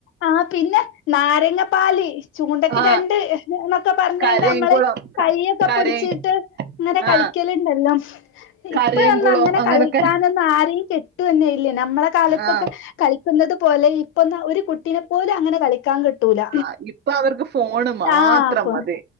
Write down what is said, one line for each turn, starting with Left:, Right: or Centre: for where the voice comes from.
Left: ആ പിന്നെ ന അരങ്ങപ്പാലി. ചൂണ്ടക്ക്
Right: ആ
Left: രണ്ട് ഹ് എന്നൊക്കെ പറഞ്ഞലേ
Right: കരയംകുളം
Left: അമ്മള്.
Right: ക-
Left: കൈയ്യൊക്കെ
Right: കരയും
Left: പിടിച്ചിട്ട് ഇങ്ങനെ
Right: ആ
Left: കളിക്കല്ണ്ടല്ലോ
Right: കരയംകുളം
Left: ഇപ്പഴൊന്നു അങ്ങനെ
Right: അങ്ങനൊക്കെ
Left: കളിക്കാനൊന്നു ആരേം കിട്ടുവൊന്നില്ല ഞമ്മടെ കാലത്തൊക്കെ
Right: ആ
Left: കളിക്കുന്നത് പോലെ ഇപ്പൊന്ന ഒരു കുട്ടിനെ പോലു അങ്ങനെ കളിക്കാൻ കിട്ട് ട്ടുല
Right: ആ, ഇപ്പൊ അവർക്ക് ഫോണ് മാത്രം
Left: ആഹ് ഇപോ
Right: മതി